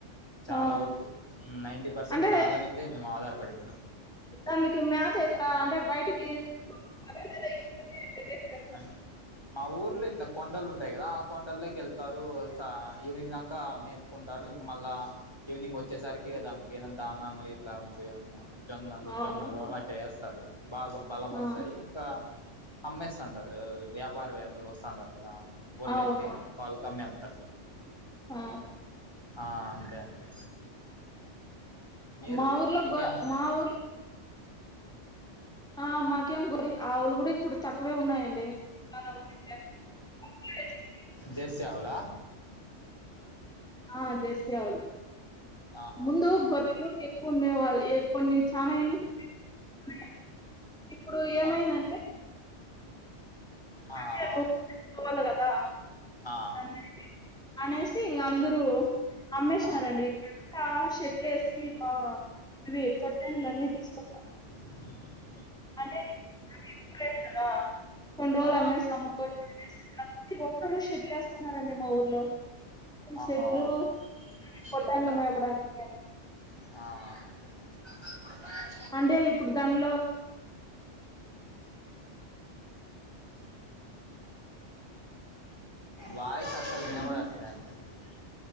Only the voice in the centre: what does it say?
ఆ
అంటే
దాన్లకి మ్యాథ ఎట్లా అంటే బయటికి తీసుకొని వెళ్తారా లేద ఇంట్లోనే పెట్టేసి ఎస్
అవునవును
ఆ
అవును
ఆ
మా ఊర్లో
గొ
మా ఊర్లో ఆ మాకేం గురి ఆవులు కూడ ఇప్పుడు తక్కువే ఉన్నాయండి. చానా ఉన్నిండే. <unintelligible>
ఆ జెర్సీ ఆవులు
ముందు గొర్రెలు ఎక్కువ ఉండేవాళ్ళు ఎక్ కొన్ని చాన ఏండ్లు <inaudible> ఇప్పుడు ఏమైందంటే,
అంటే
రోజు <unintelligible> పోవల్ల కదా
కన్నయ్యకి అనేసి ఇంక అందరూ అమ్మేసినారండి.
అంతా షెడ్లు ఏసి బాగ ఇవి పొట్టెండ్లు అన్ని తీసుకో
అంటే అది ఎత్తిపోయేది కదా కొన్ని రోజులు
అమ్మేసాము కో మేము ఏసిన తర్వాత ప్రతి ఒక్కరు షెడ్లు ఏసుకున్నారండి మా ఊర్లో.
షెడ్లు
పొట్టన్లు మేపడానికి
అంటే ఇప్పుడు దానిలో
మ్మ్